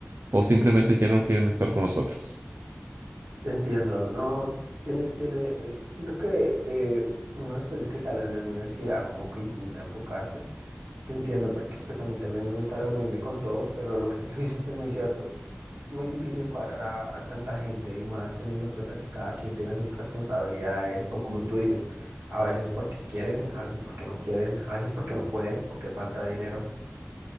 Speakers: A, on the right; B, on the right.
A: o simplemente ya no quieren estar con nosotros.
B: Entiendo, no, tiene, tiene, eh, siento que eh, uno después de que sale de la universidad como que intenta enfocarse. Te entiendo porque pues a mí también me gusta reunirme con todos, pero lo que tú <laughs> dices es muy cierto. Es muy difícil cuadrar a, a tanta gente y más teniendo en cuenta que cada quien tiene sus responsabilidades o como tú dices, a veces porque quieren, a veces porque no quieren, a veces porque no pueden, porque falta dinero.